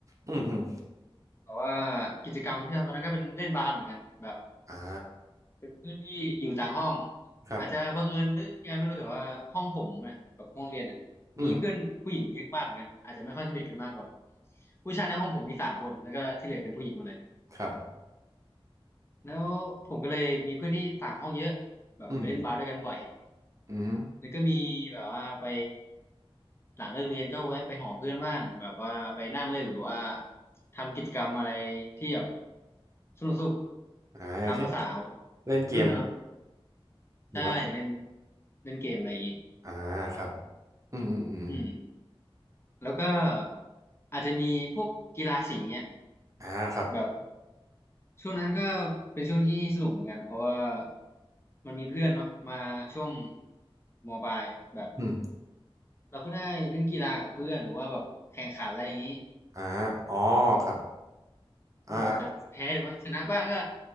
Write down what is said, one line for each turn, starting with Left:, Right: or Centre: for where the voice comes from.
Right: อืมอืม
Left: แต่ว่ากิจกรรมที่ทำตอนนั้นก็เป็นเล่นบาสเหมือนกันแบบ
Right: อ่า
Left: เป็นเพื่อนที่อยู่ต่างห้อง
Right: ครับ
Left: อาจจะบังเอิญหรือยังไงไม่รู้แต่ว่าห้องผมเนี่ยแบบห้องเรียนเนี่ยมีเพื่อนผู้หญิงเยอะมากเหมือนกันอาจจะไม่ค่อยสนิทกันมากแบบ
Right: อืม
Left: ผู้ชายในห้องผมมีสามคนแล้วก็ที่เหลือเป็นผู้หญิงหมดเลย
Right: ครับ
Left: แล้วผมก็เลยมีเพื่อนที่ต่างห้องเยอะแบบไปเล่นบาสด้วยกันบ่อย
Right: อืมอืม
Left: แล้วก็มีแบบว่าไปหลังเลิกเรียนก็แวะไปหอเพื่อนบ้างแบบว่าไปนั่งเล่นหรือว่าทำกิจกรรมอะไรที่แบบสนุกๆตามภาษาวัยรุ่นนะเนาะ
Right: อ่าอย่างเช่นเล่นเกมหรือว่า
Left: ใช่อยากเล่นเล่นเกมอะไรอย่างงี้
Right: อ่าครับอืมอืมอืมอม
Left: อืมแล้วก็อาจจะมีพวกกีฬาสีอย่างเงี้ย
Right: อ่าครับ
Left: แบบช่วงนั้นก็เป็นช่วงที่สนุกเหมือนกันเพราะว่ามันมีเพื่อนเนาะมาช่วงมปลายแบบ
Right: อืม
Left: เราก็ได้เล่นกีฬากับเพื่อนหรือว่าแบบแข่งขันอะไรอย่างงี้
Right: อ่าอ๋อครับอ่า
Left: อืมอาจจะแพ้หรือว่าชนะบ้างก็